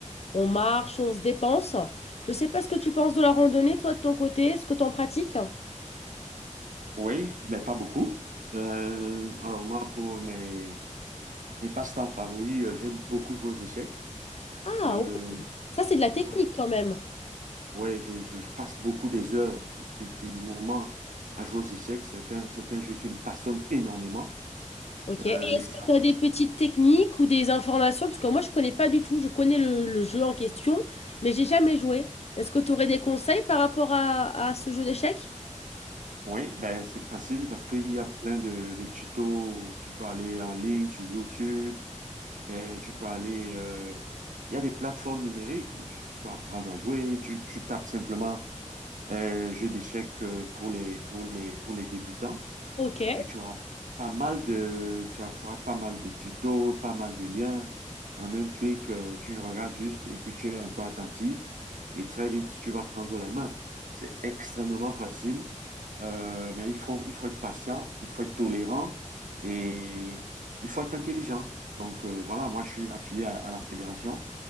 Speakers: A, on the left; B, on the right.
A: On marche, on se dépense. Je sais pas ce que tu penses de la randonnée, toi, de ton côté. Est-ce que tu en pratiques?
B: oui, mais pas beaucoup. Euh, alors moi, pour mes, mes passe-temps favoris, euh, j'aime beaucoup jouer aux échecs.
A: Ah
B: Euh,
A: Ça, c'est de la technique
B: ouais,
A: quand même.
B: ouais, je, je- je passe beaucoup des heures, des, des moments à jouer aux échecs. C'est un, c'est un jeu qui me passionne énormément.
A: OK. Et
B: Euh, les
A: est-ce
B: strat-
A: que tu as des petites techniques ou des informations? Parce que moi, je connais pas du tout. Je connais le, le jeu en question, mais j'ai jamais joué. Est-ce que tu aurais des conseils par rapport à, à ce jeu d'échecs?
B: Oui, ben c'est facile parce qu'il y a plein de, de tutos. Tu peux aller en ligne sur YouTube, ben, tu peux aller... euh, Il y a des plateformes numériques où tu peux apprendre à jouer. Tu, tu tapes simplement euh, jeu d'échecs euh, pour les, pour les, pour les débutants.
A: OK,
B: Et puis, tu auras pas mal de, tu auras, tu auras pas mal de tutos, pas mal de liens. En un clic, euh, tu regardes juste et puis tu es un peu attentif. Et très vite, tu vas prendre la main. C'est extrêmement facile. Euh, mais il faut, il faut être patient, il faut être tolérant et il faut être intelligent. Donc, euh, voilà, moi, je suis affilié à, à la Fédération